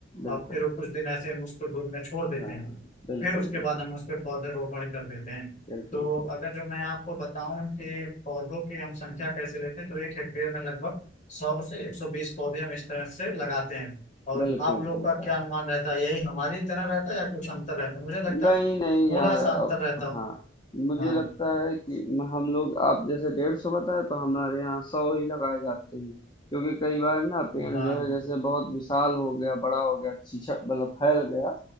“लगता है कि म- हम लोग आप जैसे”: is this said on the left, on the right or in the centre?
Left